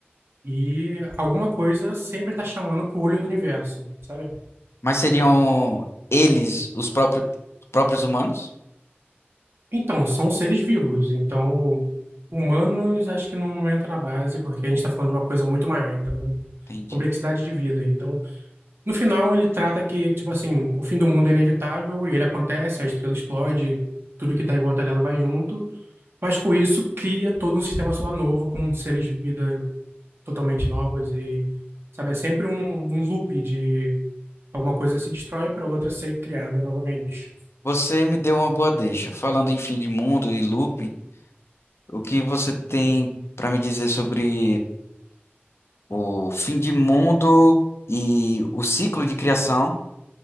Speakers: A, on the right (about 65°); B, on the left (about 80°).
A: e alguma coisa sempre está chamando pro olho do universo, sabe?
B: Mas seriam eles, os próprios, próprios humanos?
A: Então, são seres vivos. Então, humanos acho que não, não entra na base, porque a gente está falando de uma coisa muito maior. Então,
B: Entendi.
A: complexidade de vida. Então, No final, ele trata que, tipo assim, o fim do mundo é inevitável e ele acontece, a estrela explode, tudo que tá em volta dela vai junto, mas com isso cria todo um sistema solar novo, com seres de vida totalmente novas e, sabe, é sempre um, um loop de alguma coisa se destrói para outra ser criada novamente.
B: Você me deu uma boa deixa. Falando em fim de mundo e looping, o que você tem pra me dizer sobre. o fim de mundo e o ciclo de criação